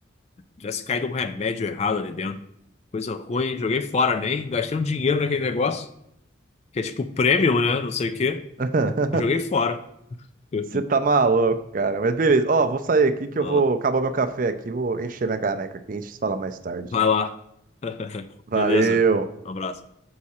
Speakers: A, on the left (about 30°); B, on the right (about 40°).
A: tivesse caído um remédio errado ali dentro. Coisa ruim. Joguei fora, nem. Gastei um dinheiro naquele negócio. Que é tipo prêmio, né? Não sei o quê.
B: <laughs>
A: E Joguei fora. <laughs>
B: Você tá maluco, cara. Mas beleza. Ó, vou sair aqui que eu
A: Vai
B: vou acabar meu café aqui, vou encher minha caneca aqui, a gente se fala mais tarde.
A: Vai lá. <laughs>
B: Valeu.
A: Beleza. Um abraço.